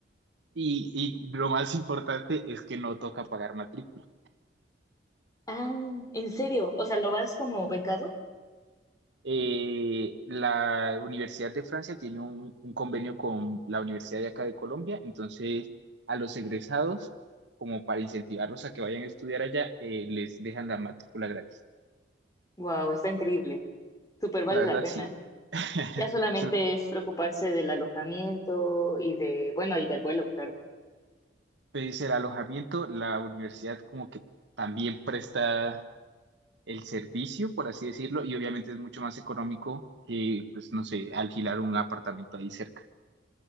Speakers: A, on the right; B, on the left.
A: Y, y lo más importante es que no toca pagar matrícula.
B: Ah, ¿en serio? O sea, ¿lo vas como becado?
A: Eh, la Universidad de Francia tiene un, un convenio con la Universidad de acá de Colombia, entonces a los egresados, como para incentivarlos a que vayan a estudiar allá, eh, les dejan la matrícula gratis.
B: Wow, está increíble. Súper vale
A: La verdad,
B: la pena.
A: sí. <laughs>
B: Ya solamente
A: Se-
B: es preocuparse del alojamiento y de, bueno, y del vuelo, claro.
A: Pues el alojamiento, la universidad como que también presta el servicio, por así decirlo, y obviamente es mucho más económico que, pues, no sé, alquilar un apartamento ahí cerca.